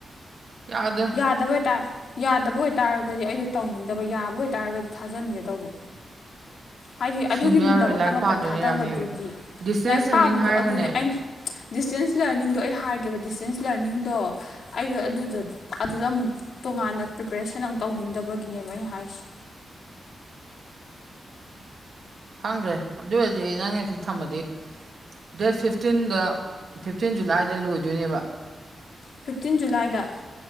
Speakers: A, on the right (about 55°); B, on the left (about 70°).
A: ꯌꯥꯗ
B: ꯌꯥꯗꯕ ꯑꯣꯏꯇꯥꯔ ꯌꯥꯗꯕ ꯑꯣꯏꯇꯥꯔꯒꯗꯤ ꯑꯩꯗꯣ ꯇꯧꯅꯤꯡꯗꯕ ꯌꯥꯕ ꯑꯣꯏꯇꯥꯔꯒꯗꯤ ꯊꯥꯖꯤꯟꯒꯦ ꯇꯧꯕ
A: <inaudible>
B: ꯍꯥꯏꯗꯤ
A: ꯁꯤꯟꯕ
B: ꯑꯗꯨꯒꯤꯗꯃꯛꯇ
A: ꯌꯥꯔꯣꯏ ꯂꯥꯏꯔꯤꯛ
B: ꯃꯇꯝ
A: ꯄꯥꯗꯣꯏꯅꯦ
B: ꯊꯥꯗꯕꯗꯨꯗꯤ
A: ꯌꯥꯝꯃꯦ ꯗꯤꯁꯇꯦꯟꯁ
B: ꯂꯥꯏꯔꯤꯛ
A: ꯂꯔꯅꯤꯡ
B: ꯄꯥꯕꯗꯣ
A: ꯍꯥꯏꯔꯒꯅꯦ
B: ꯑꯗꯨꯅꯦ ꯑꯩꯅ ꯗꯤꯁꯇꯦꯟꯁ ꯂꯔꯅꯤꯡꯗꯣ ꯑꯩ ꯍꯥꯏꯒꯦꯕ ꯗꯤꯁꯇꯦꯟꯁ ꯂꯔꯅꯤꯡꯗꯣ ꯑꯩꯗ ꯑꯗꯨꯗ ꯑꯗꯨꯗ ꯑꯃꯨꯛ ꯇꯣꯉꯥꯟꯅ ꯄ꯭ꯔꯤꯄꯦꯔꯦꯁꯟ ꯑꯃꯨꯛ ꯇꯧꯅꯤꯡꯗꯕꯒꯤꯅꯦꯕ ꯑꯩꯅ ꯍꯥꯏꯔꯤꯁꯦ
A: ꯈꯪꯗ꯭ꯔꯦ ꯑꯗꯨ ꯑꯣꯏꯔꯗꯤ ꯑꯩ ꯅꯪ ꯉ ꯁꯤ ꯊꯝꯃꯗꯤ ꯗꯦꯠ ꯐꯤꯐꯇꯤꯟꯗ ꯐꯤꯐꯇꯤꯟ ꯖꯨꯂꯥꯏꯗ ꯂꯣꯏꯗꯣꯏꯅꯦꯕ
B: ꯐꯤꯐꯇꯤꯟ ꯖꯨꯂꯥꯏꯗ